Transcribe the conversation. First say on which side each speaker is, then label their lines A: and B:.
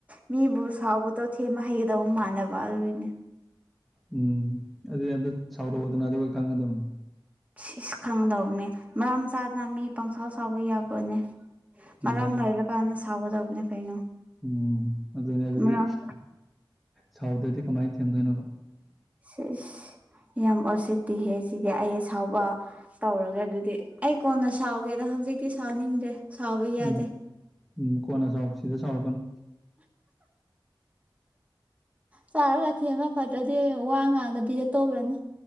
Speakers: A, on the right; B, in the centre.
A: ꯃꯤꯕꯨ ꯁꯥꯎꯕꯗꯣ ꯊꯦꯝ ꯍꯩꯒꯗꯧꯕ ꯃꯥꯟꯅꯕ ꯑꯗꯨꯒꯤꯅꯦ
B: ꯎꯝ ꯑꯗꯨꯗꯤ ꯑꯝꯇ ꯁꯥꯎꯔꯛꯑꯣꯗꯅ ꯑꯗꯨꯒ ꯈꯪꯒꯗꯕꯅꯦ
A: ꯁꯤ ꯏꯁ ꯈꯪꯗꯧꯕꯅꯦ ꯃꯔꯝ ꯆꯥꯗꯅ ꯃꯤ ꯄꯪꯁꯥꯎ ꯁꯥꯎꯕ ꯌꯥꯕ꯭ꯔꯣꯅꯦ
B: ꯎꯝ
A: ꯃꯔꯝ
B: ꯑꯗꯨ
A: ꯂꯩꯔꯀꯥꯟꯗ ꯁꯥꯎꯒꯗꯧꯕꯅꯦ ꯀꯩꯅꯣ
B: ꯎꯝ ꯑꯗꯨꯅꯦ ꯑꯗꯨꯗꯤ
A: ꯃꯔꯝ
B: ꯁꯥꯎꯗꯗꯤ ꯀꯃꯥꯏꯟ ꯊꯦꯝꯗꯣꯏꯅꯣꯕ
A: ꯁꯤꯁ ꯌꯥꯝ ꯑꯣꯁꯤꯠꯇꯤꯍꯦ ꯁꯤꯗꯤ ꯑꯩ ꯑꯁꯥꯎꯕ ꯇꯧꯔꯒꯦ ꯑꯗꯨꯗꯤ ꯑꯩ ꯀꯣꯟꯅ ꯁꯥꯎꯒꯦꯗ ꯍꯧꯖꯤꯛꯇꯤ ꯁꯥꯎꯅꯤꯗꯦ ꯁꯥꯎꯕ ꯌꯥꯗꯦ
B: ꯎꯝ ꯎꯝ ꯀꯣꯟꯅ ꯁꯥꯎ ꯁꯤꯗ ꯁꯥꯎꯔꯛꯀꯅꯨ
A: ꯆꯥꯔꯒ ꯊꯦꯝꯃ ꯐꯠꯇ꯭ꯔꯗꯤ ꯋꯥ ꯉꯥꯡꯗꯕꯤꯗ ꯇꯣꯛꯈ꯭ꯔꯅꯤ